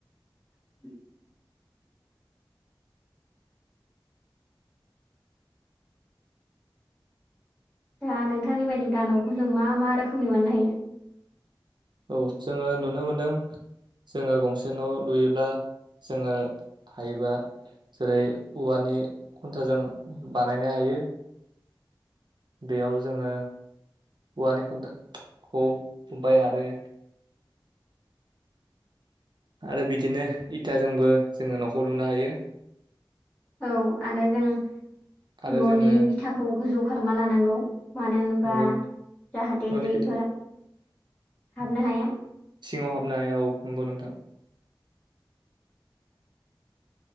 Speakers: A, on the left (about 15°); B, on the right (about 60°).
A: <inaudible> दा नोंथांनि बायदि दा न'खौ जों मा मा रोखोमनि बाननो हायो?
B: औ जोङो नुनो मोनदों जोङो गंसे न' लुयोब्ला जोङो हायोबा जेरै औवानि खुन्थाजों बानायनो हायो। बेयाव जोङो औवानि खुन्थाख खुबाय आरो आरो बिदिनो इथाजोंबो जोङो न'खौ लुनो हायो।
A: औ आरो जों न'नि
B: आरो जोङो
A: बिथाखौ गोजौ खालामना लानांगौ। मानो होनबा
B: नंगौ
A: जाहाथे
B: न'नि
A: दैफोरा हाबनो हाया।
B: सिङाव हाबनाय औ नंगौ नोंथां।